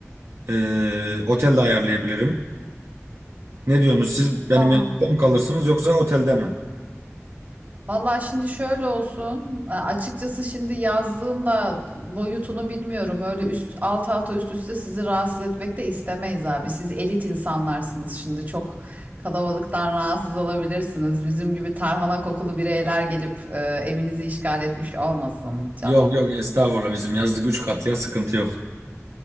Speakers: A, on the right; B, on the right.
A: e, otel de ayarlayabilirim. Ne diyorsunuz siz
B: Vallahi,
A: benim yanımda mı kalırsınız yoksa otelde mi?
B: vallahi şimdi şöyle olsun. e, Açıkçası şimdi yazdığın da boyutunu bilmiyorum. Öyle üst alt alta üst üste sizi rahatsız etmek de istemeyiz abi. Siz elit insanlarsınız şimdi. Çok kalabalıktan rahatsız olabilirsiniz. Bizim gibi tarhana kokulu bireyler gelip e, evinizi işgal etmiş olmasın canım.
A: Yok yok estağfurullah bizim yazlık 3 kat ya sıkıntı yok.